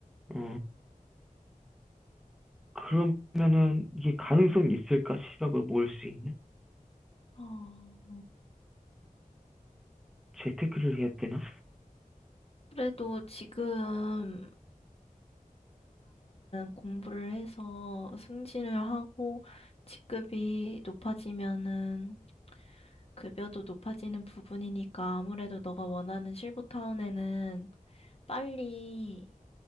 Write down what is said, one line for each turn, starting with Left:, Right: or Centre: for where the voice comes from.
Centre: 어 그러면은 이게 가능성이 있을까? 시각을 모을 수 있는?
Left: 어,
Centre: 재테크를 해야 되나?
Left: 그래도 지금보다는 공부를 해서 승진을 하고 직급이 높아지면은 급여도 높아지는 부분이니까 아무래도 너가 원하는 실버타운에는 빨리